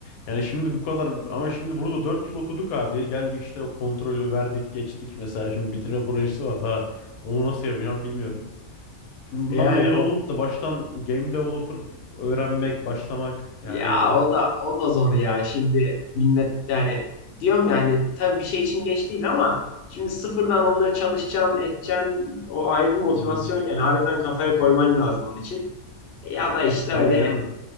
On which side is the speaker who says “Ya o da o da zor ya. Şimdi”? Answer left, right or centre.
Left